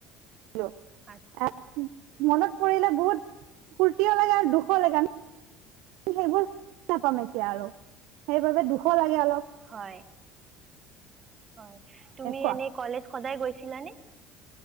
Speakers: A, on the right; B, on the right.
A: <unintelligible>
B: আচ্ছা।
A: মনত পৰিলে বহুত ফূৰ্তিও লাগে আৰু দুখ লাগে আ সেইবোৰ নাপাম এতিয়া আৰু সেইবাবে দুখো লাগে অলপ।
B: হয়। হয়, তুমি
A: কোৱা
B: এনে কলেজ সদায় গৈছিলানে?